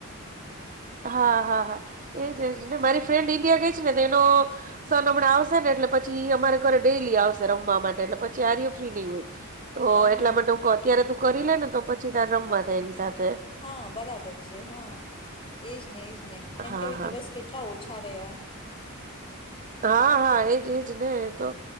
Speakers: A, on the right; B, on the left.
A: હા હા હા એજ ને મારી ફ્રેન્ડ ઈન્ડિયા ગઈ છે ને તેનો સન હમણાં આવશે ને એટલે પછી એ અમારે ઘરે ડેલી આવશે રમવા માટે એટલે પછી આર્ય ફ્રી નહી હોય. તો
B: હા
A: એટલા
B: હા
A: માટે હું કવ અત્યારે તું કરી લે ને તો પછી તાર રમવા થાય એની સાથે.
B: હા બરાબર છે હા એજ ને એજ ને કેમ
A: હા
B: કે હવે
A: હા
B: દિવસ કેટ કેટલા ઓછા રહ્યા.
A: હા હા એજ એજ ને તો